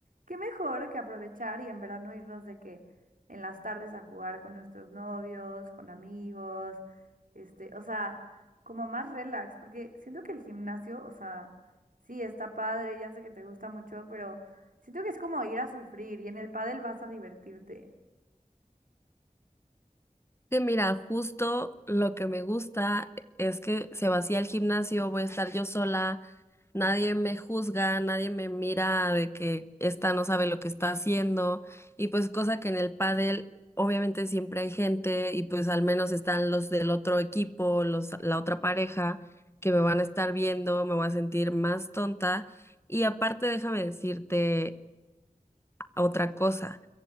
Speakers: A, on the right; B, on the left.
A: Qué mejor que aprovechar y en verano irnos de que en las tardes a jugar con nuestros novios, con amigos, este, o sea, como más relax, porque siento que el gimnasio, o sea, sí, está padre, ya sé que te gusta mucho, pero siento que es como ir a sufrir y en el pádel vas a divertirte.
B: Que mira, justo lo que me gusta es que se vacía el gimnasio, voy a estar yo sola, Nadie me juzga, nadie me mira de que esta no sabe lo que está haciendo y pues cosa que en el pádel obviamente siempre hay gente y pues al menos están los del otro equipo, los la otra pareja que me van a estar viendo, me voy a sentir más tonta y aparte déjame decirte otra cosa.